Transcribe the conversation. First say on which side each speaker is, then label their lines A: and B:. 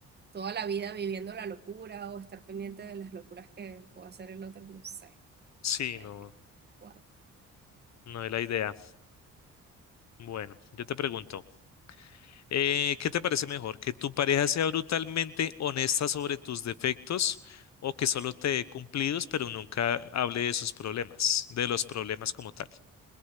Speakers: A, on the right (about 35°); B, on the left (about 60°).
A: toda la vida viviendo la locura o estar pendiente de las locuras que pueda hacer el otro, no sé.
B: Sí,
A: no me
B: no,
A: cuadra.
B: no es la idea. Bueno, yo te pregunto. Eh, ¿qué te parece mejor? ¿Que tu pareja sea brutalmente honesta sobre tus defectos o que solo te dé cumplidos, pero nunca hable de sus problemas, de los problemas como tal?